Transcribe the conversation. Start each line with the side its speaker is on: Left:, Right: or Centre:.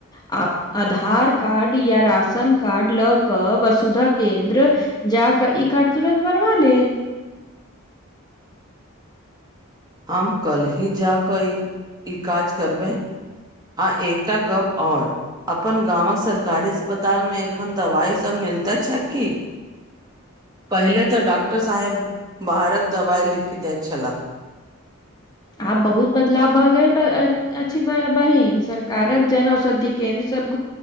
Left: आ आधार कार्ड या राशन कार्ड लऽ कऽ वसुधा केन्द्र जा कऽ ई कार्ड तुरन्त बनवा ले
Right: हम कलही जा कऽ ई ई काज करबै आ एकटा गप आओर अपन गामक सरकारी अस्पतालमे एखन दवाइसभ मिलते छै की पहिले तऽ डॉक्टर साहेब बाहरक दवाइ लिखि दैत छलाह
Left: आब बहुत बदलाव भऽ अछि बहिन सरकारक जन औषधि केन्द्र सब